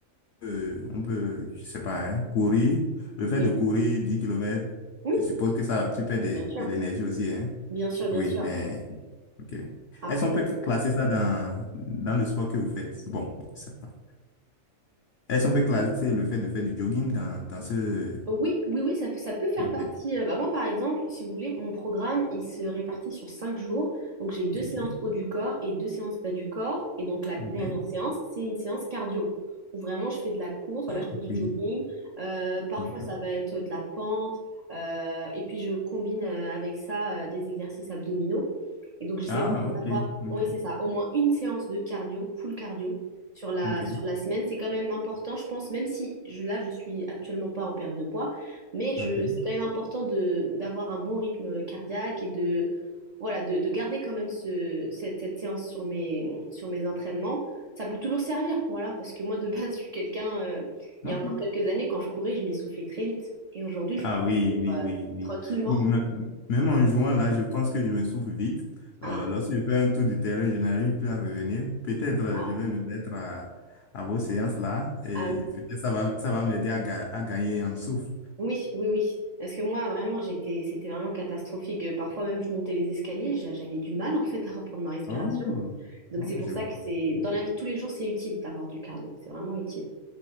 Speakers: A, on the left (about 65°); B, on the right (about 40°).
A: euh, on peut, je sais pas, hein, courir. Le fait
B: Oui,
A: de courir dix kilomètres
B: oui,
A: je suppose que ça, tu perds des-
B: bien sûr.
A: de, l'énergie aussi, hein.
B: Bien sûr, bien
A: Oui,
B: sûr.
A: mais, ok.
B: Après,
A: Est-ce qu'on peut classer ça dans, dans le sport que vous faites? Bon, ça va. Est-ce qu'on peut classer le fait de faire du jogging dans, dans ce...
B: Oui, oui, oui, ça, ça peut faire
A: Ok,
B: partie. euh, bah moi, par exemple, si vous voulez, mon programme, il se répartit sur cinq jours. Donc, j'ai deux séances
A: ok,
B: haut du corps et deux séances bas du corps. Et donc, la
A: ok,
B: dernière séance, c'est une séance cardio, où vraiment, je fais de la course, voilà,
A: ok,
B: je fais du jogging. Euh, parfois,
A: ok.
B: ça va être de la pente. euh, et puis, je combine euh, avec ça euh, des exercices abdominaux. Et donc, j'essaie
A: Ah,
B: vraiment
A: ok,
B: d'avoir,
A: ok,
B: oui, c'est ça, au moins une séance de cardio, full cardio, sur la,
A: ok,
B: sur la semaine. C'est quand même important, je pense, même si je, là, je suis actuellement pas en perte de poids, mais je,
A: ok,
B: c'est quand même important de, d'avoir un bon rythme cardiaque et de, voilà, de, de garder quand même ce, cette, cette séance sur mes, sur mes entraînements. Ça peut toujours servir, voilà, parce que moi, de base, je suis quelqu'un, euh, il
A: ok.
B: y a encore quelques années, quand je courais, je m'essoufflais très vite. Et aujourd'hui, je
A: Ah
B: peux
A: oui,
B: courir,
A: oui,
B: euh,
A: oui, oui.
B: tranquillement.
A: Ou me- même en jouant là, je pense que je me souffle vite.
B: Ah,
A: Euh, lorsque je fais un tour du terrain, je n'arrive plus à revenir. Peut-être euh,
B: ah,
A: je vais me mettre à, à vos séances là et
B: ah oui.
A: peut-être ça va, ça va m'aider à, ga- à gagner en souffle.
B: Oui, oui, oui. Parce que moi, vraiment, j'étais, c'était vraiment catastrophique. Euh, Parfois même, je montais les escaliers, j'a- j'avais du mal en fait à reprendre ma respiration.
A: Oh,
B: Donc
A: oh,
B: c'est pour
A: je
B: ça
A: vois,
B: que c'est
A: je
B: dans
A: vois,
B: la vie de tous les jours, c'est utile d'avoir du cardio. C'est vraiment utile.